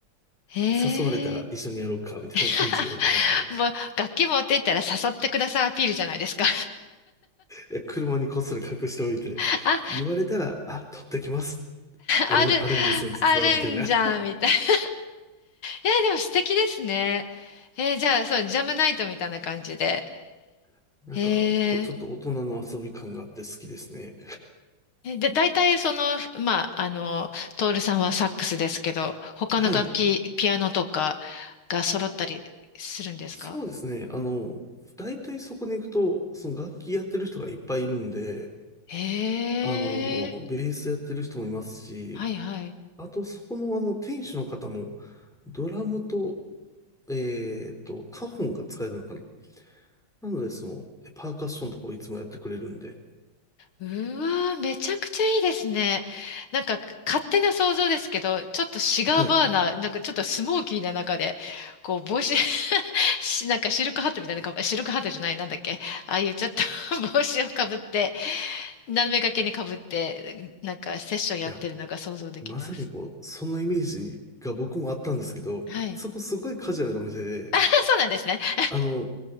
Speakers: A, on the left; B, in the centre.
A: へえ。
B: 誘われたら一緒にやろうか、みたいな感じでやってますね。
A: <laughs> もう、楽器持って行ったら誘ってくださいアピールじゃないですか。
B: え車にこっそり隠しておいて、
A: <laughs> あ、
B: 言われたら、あ、取ってきます。あれ、
A: ある、
B: あるんですよ、実は、
A: あるんじゃん、
B: みたいな。
A: みたいな。<laughs> えー、でも素敵ですね。えー、じゃあ、そう、ジャムナイトみたいな感じで。
B: <laughs> なんか、
A: えー
B: こう、ちょっと大人の遊び感があって好きですね。
A: えで、大体その、まあ、あの、トールさんはサックスですけど、他の楽器、
B: はい。
A: ピアノとかが揃ったりするんですか
B: そうですね。あの、大体そこに行くと、その楽器やってる人がいっぱいいるんで、
A: ええ
B: あの、ベースやってる人もいますし、
A: はいはい。
B: あと、そこの、あの、店主の方も、ドラムと、えっと、カホンが使えるのかななので、その、えパーカッションとかをいつもやってくれるんで、
A: うわー、めちゃくちゃいいですね。なんか勝手な想像ですけど、ちょっとシガーバーナー、
B: はい。い
A: なんかちょっとスモーキーな中で、こう帽子 <laughs> し、なんかシルクハットみたいなかぶ、シルクハットじゃない、なんだっけ、ああいうちょっと <laughs> 帽子をかぶって、斜め掛けにかぶって、なんかセッションやってるのが想像できます。
B: や、まさにこう、そのイメージが僕もあったんですけど、
A: はい。
B: そこすごいカジュアルなお店で、
A: あ、そうなんですね。<laughs>
B: あの、